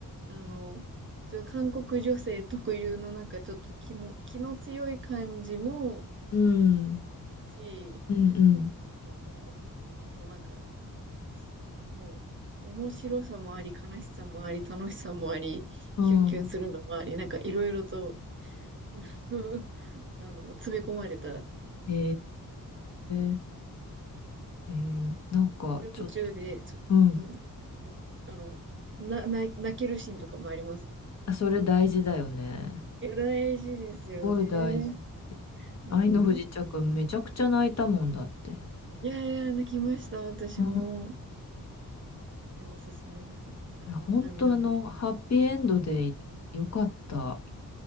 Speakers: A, on the right; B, on the left.
A: あの、ちょっと韓国女性特有のなんかちょっと気も、気の強い感じも
B: うん。うん。
A: いるし、
B: うんうん。
A: なんかもう、こうなんか、すもう、面白さもあり、悲しさもあり、楽しさもあり、
B: うん。
A: キュンキュンするのもあり、なんかいろいろと <laughs> あの、詰め込まれた。
B: へえ。へえ。なんか、
A: 私は途中で、
B: ちょっと、
A: ちょっと、
B: うん。
A: うん、あの、な、な、泣けるシーンとかもあります。
B: あそれ大事だよね。
A: いや、大事ですよね。
B: すごい大事。
A: うん。
B: 愛の不時着、めちゃくちゃ泣いたもんだって。
A: いやいや、泣きました、私も。
B: うん。
A: いや、おすすめです。あの、
B: いや、本当あの、
A: 涙の
B: ハッピーエンドでよかった。